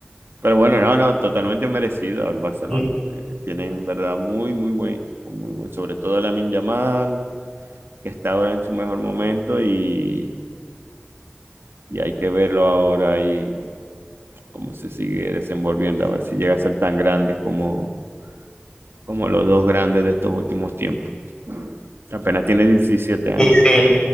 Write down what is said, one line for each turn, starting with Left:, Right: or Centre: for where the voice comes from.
Right: Pero bueno, no, no, totalmente merecido el Barcelona.
Left: Y,
Right: Eh, tienen en verdad muy, muy buen equipo, muy buen, sobre todo Lamine Yamal, que está ahora en su mejor momento y, y hay que verlo ahora y cómo se sigue desenvolviendo, a ver si llega a ser tan grande como, como los dos grandes de estos últimos tiempos. Apenas tiene 17 años.
Left: y sí,